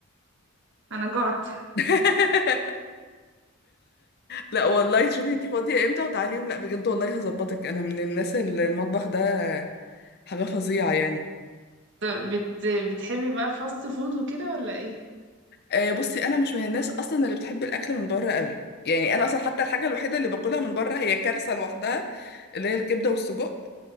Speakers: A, on the right; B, on the left.
A: انا جعت
B: <laughs> لا والله شوفي دي فاضية امتى وتعالي يوم لا بجد والله هظبطك انا من الناس اللي المطبخ ده حاجة فظيعة يعني
A: طب بت... بتحبي بقى الفاست فود وكده ولا ايه
B: آه بصي انا مش من الناس اصلا اللي بتحب الاكل من بره قوي يعني انا اصلا حتى الحاجة الوحيدة اللي باكلها من بره هي كارثة لوحدها اللي هي الكبدة والسجق